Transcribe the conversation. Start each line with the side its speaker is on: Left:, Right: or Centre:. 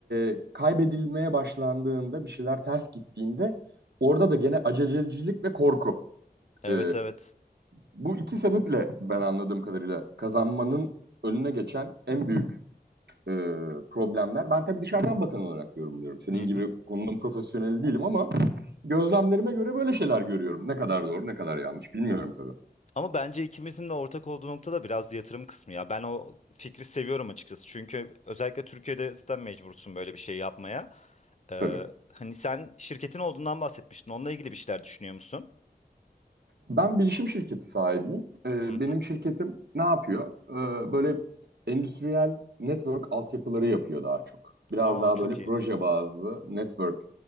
Right: e, kaybedilmeye başlandığında bir şeyler ters gittiğinde orada da gene acelecilik ve korku.
Left: Evet
Right: E,
Left: evet.
Right: bu iki sebeple ben anladığım kadarıyla kazanmanın önüne geçen en büyük e, problemler. Ben tabii dışarıdan bakan olarak yorumluyorum. Senin
Left: Hı hı.
Right: gibi konunun profesyoneli değilim ama gözlemlerime göre böyle şeyler görüyorum. Ne kadar doğru, ne kadar yanlış bilmiyorum tabii.
Left: Ama bence ikimizin de ortak olduğu nokta da biraz yatırım kısmı ya. Ben o fikri seviyorum açıkçası. Çünkü özellikle Türkiye'de zaten mecbursun böyle bir şey yapmaya. Ee,
Right: Tabii.
Left: hani sen şirketin olduğundan bahsetmiştin. Onunla ilgili bir şeyler düşünüyor musun?
Right: Ben bilişim şirketi sahibiyim. Ee,
Left: Hı hı.
Right: benim şirketim ne yapıyor? Ee, böyle endüstriyel network altyapıları yapıyor daha çok. Biraz
Left: Aa
Right: daha
Left: çok
Right: böyle
Left: iyi.
Right: proje bazlı network